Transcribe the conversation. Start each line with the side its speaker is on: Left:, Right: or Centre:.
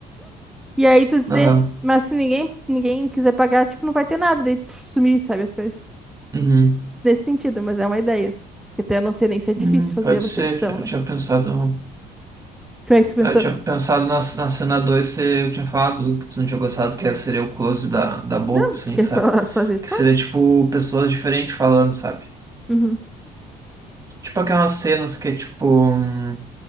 Centre: e aí tu dizer,
Right: aham,
Centre: mas se ninguém, ninguém quiser pagar, tipo, não vai ter nada, daí puf, sumir, sabe, as coisas.
Right: uhum,
Centre: Nesse sentido, mas é uma ideia só. Porque até eu não sei nem se é difícil
Right: uhum,
Centre: fazer
Right: pode
Centre: essa
Right: ser,
Centre: edição, né?
Right: eu tinha pensado.
Centre: Como é que tu pensou?
Right: Eu tinha pensado na, na cena 2 você- eu tinha falado que tu não tinha gostado, que era- seria o close da, da boca,
Centre: Não,
Right: assim,
Centre: tu quer
Right: sabe?
Centre: falar, fazer, faz.
Right: Que seria, tipo, pessoas diferentes falando, sabe?
Centre: Uhum,
Right: Tipo aquelas cenas que é, tipo, um-